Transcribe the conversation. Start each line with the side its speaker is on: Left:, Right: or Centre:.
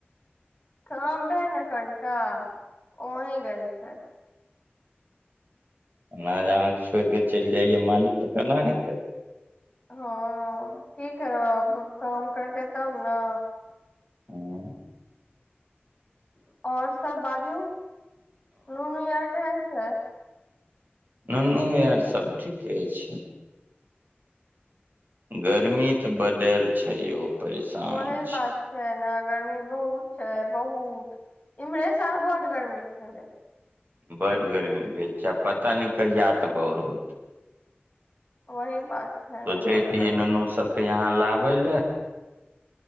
Left: काम रहे ने कनिटा ओही गेल छैथ।
Right: एना जे अहाँके छोड़ि कऽ चलि जाइयै मालिक तऽ केना हेतै।
Left: हँ कि करब, काम करतै तब ने।
Right: <inaudible>
Left: और सब बाजू, नुनू आर केहन छै।
Right: नूनू यार सब ठीके छै। गर्मी तऽ बड छै यौ। परेशान
Left: वहीं बात।
Right: छी
Left: छै ने गर्मी बहुत छै बहुत, इमहरे साल बड गर्मी छलै।
Right: बड गरमी भेल छै आ पता नहि कहिया तक और रहतै।
Left: वही बात छै
Right: सोचेत
Left: ने बड
Right: रहिये
Left: गर्मी
Right: नुनू सबके यहाँ लाबे ले